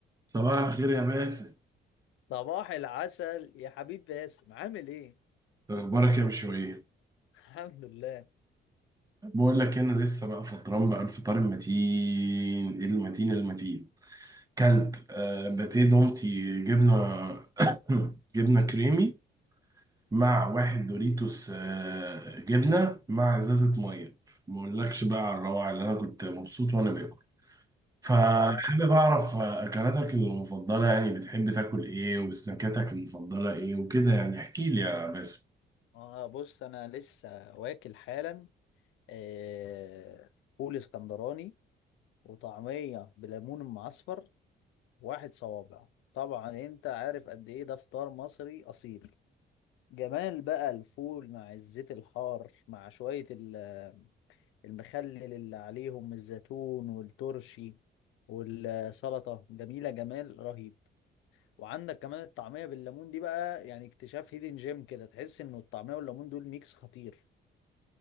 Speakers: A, on the right (about 20°); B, on the left (about 85°).
A: صباح الخير يا باسم
B: صباح العسل يا حبيب باسم عامل ايه؟
A: اخبارك يا بشوية
B: <laughs> الحمد لله
A: بقول لك انا لسه بقى فطران بقى الفطار المتين المتين المتين كانت آه باتيه دومتي جبنه <coughs> جبنه كريمي مع واحد دوريتوس آه جبنه مع ازازه ميه ما اقولكش بقى على الروعه اللي انا كنت مبسوط وانا باكل فحابب
B: اه
A: اعرف اكلاتك المفضله يعني بتحب تاكل ايه وسناكاتك المفضله ايه وكده يعني احكي لي يا باسم
B: اه بص انا لسه واكل حالا آه فول اسكندراني وطعمية بليمون معصفر واحد صوابع طبعا انت عارف قد ايه ده فطار مصري اصيل جمال بقى الفول مع الزيت الحار مع شوية ال- المخلل اللي عليهم الزيتون والترشي والسلطة جميلة جمال رهيب وعندك كمان الطعمية بالليمون دي بقى يعني اكتشاف هيدن جيم كده تحس انه الطعمية والليمون دول ميكس خطير